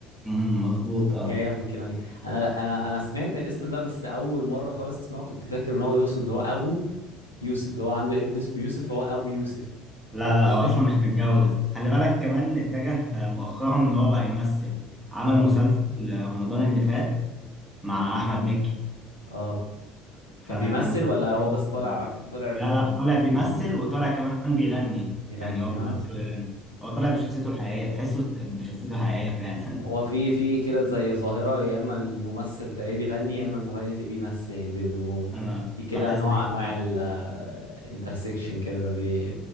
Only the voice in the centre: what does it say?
مم، مظبوط اه
لا
لا هو اصلا مش متجوز خلي بالك كمان اتجه مؤخرا ان هو بقى يمثل
عمل
مسلسل رمضان اللي فات مع احمد مكي
فكان
مسلسل
حلو.
لا
لا
طالع بيمثل
وطالع كمان بيغني
يعني هو بيمثل
ويغني هو طالع بشخصيته الحقيقية تحسه بشخصيته الحقيقية فعلا
<laughs> انا
لاحظت
كده